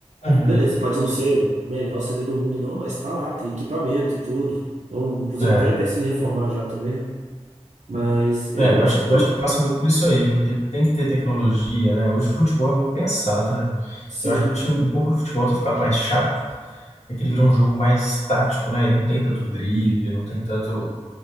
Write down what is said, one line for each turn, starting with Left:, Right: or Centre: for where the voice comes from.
Left: Uhum.
Right: Beleza, pode não ser o melhor CT do mundo, não, mas tá lá, tem equipamento e tudo. Então, inclusive,
Left: É,
Right: até pensando em reformar já também. Mas eu
Left: é,
Right: não
Left: eu
Right: acho
Left: acho,
Right: que
Left: que-
Right: o problema.
Left: eu acho que passa muito por isso aí, viu? Porque tem que ter tecnologia, né? Hoje o futebol é muito pensado, né?
Right: Sim,
Left: Eu acho que um pouco do futebol ter ficado mais chato é que ele virou um jogo mais tático, né? Ele não tem tanto drible, não tem tanto,